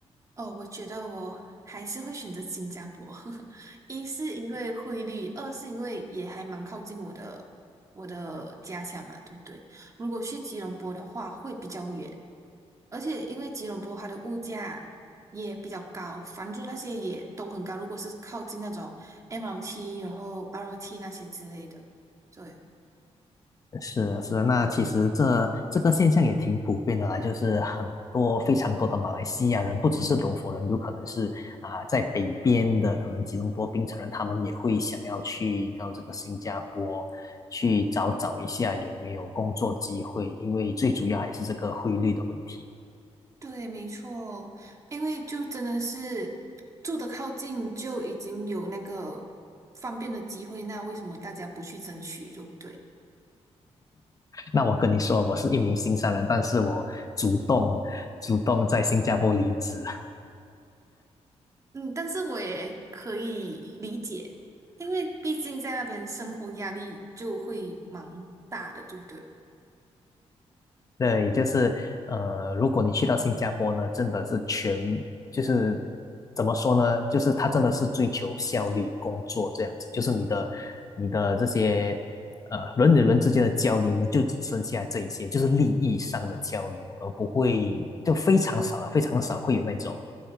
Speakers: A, on the right; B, on the left.
A: 哦，我觉得我还是会选择新加坡，<laughs> 一是因为汇率，二是因为也还蛮靠近我的我的家乡嘛，对不对？如果去吉隆坡的话，会比较远，而且因为吉隆坡它的物价也比较高，房租那些也都很高，如果是靠近那种 MRT 然后 LRT 那些之类的，对。
B: 是的，是的，那其实这这个现象也挺普遍的啦，就是很多非常多的马来西亚人，不只是柔佛人，有可能是啊、在北边的，可能吉隆坡、槟城人，他们也会想要去到这个新加坡去找找一下有没有工作机会，因为最主要还是这个汇率的问题。
A: 对，没错，因为就真的是住的靠近，就已经有那个方便的机会，那为什么大家不去争取，对不对？
B: 那我跟你说，我是一名新山人，但是我主动主动在新加坡离职。
A: 嗯，但是我也可以理解，因为毕竟在那边生活压力就会蛮大的，对不对？
B: 对，就是呃，如果你去到新加坡呢，真的是全就是怎么说呢？就是他真的是追求效率工作这样子，就是你的你的这些呃人与人之间的交流呢，就只剩下这一些，就是利益上的交流，而不会就非常少了，非常少会有那种